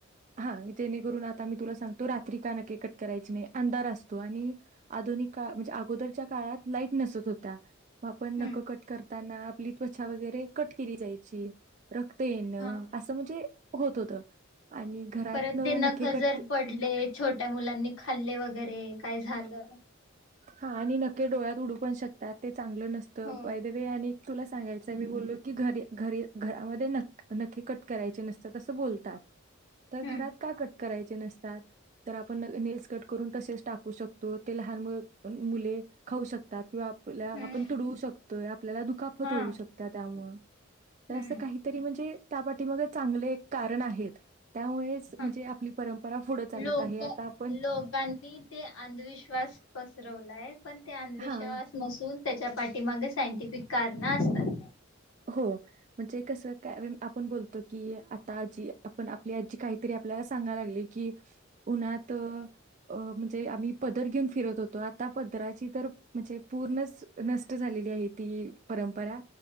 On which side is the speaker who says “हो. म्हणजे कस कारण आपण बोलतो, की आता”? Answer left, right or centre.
Right